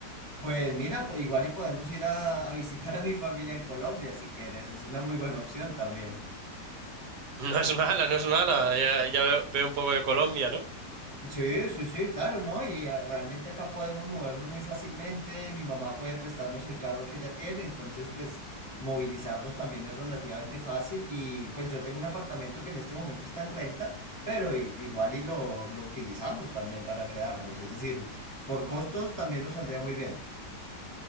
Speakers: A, on the left; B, on the right.
A: Pues mira, po- igual y podemos ir a, a visitar a mi familia en Colombia si quieres. Es una muy buena opción también.
B: No es mala, no es mala. Ya, ya veo, veo un poco de Colombia, ¿no?
A: Sí, sí, sí, claro, ¿no? Y ah, realmente acá podemos movernos muy fácilmente. Mi mamá puede prestarnos el carro que ella tiene, entonces pues movilizarnos también es relativamente fácil. Y pues yo tengo un apartamento que en este momento está en renta, pero i- igual y lo, lo utilizamos también para quedarnos. Es decir, por costos también nos saldría muy bien.